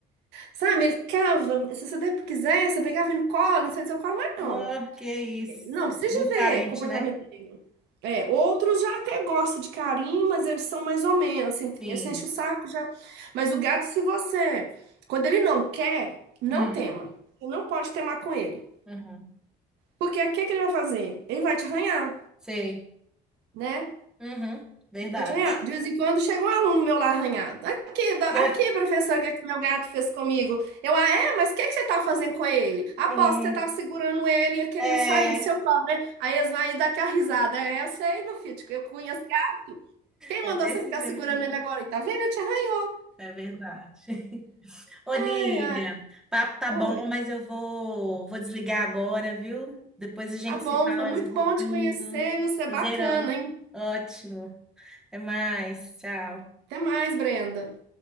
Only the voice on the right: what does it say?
sabe? Ele cava, se você der- quiser, você pegava ele no colo, não sei se eu colo, mas
não.
Não, precisa
de ver
comportamento
dele. É, outros já até gostam de carinho, mas eles são mais ou menos, assim,
eles enchem o saco já. Mas o gato, se você, quando ele não quer, não
tema. Você não pode temar com ele.
Porque o que é que ele vai fazer? Ele vai te arranhar,
né?
Pode arranhar. De vez em quando chega um aluno meu lá arranhado. Aqui,
da-
aqui, professor, o que é que meu gato fez comigo? Eu, ah, é? Mas o que é que você tá fazendo com ele? Aposto
que você tá segurando ele e ele querendo
sair do seu colo, né? Aí eles vão aí dar aquela risada. É, eu sei, meu filho, eu conheço. Quem
mandou
você ficar
segurando
ele agora? E tá vendo? Eu te arranhei.
Ai,
ai,
oi.
Tá bom,
foi
muito
bom te conhecer, viu? Você é
bacana, hein?
Até mais, Brenda.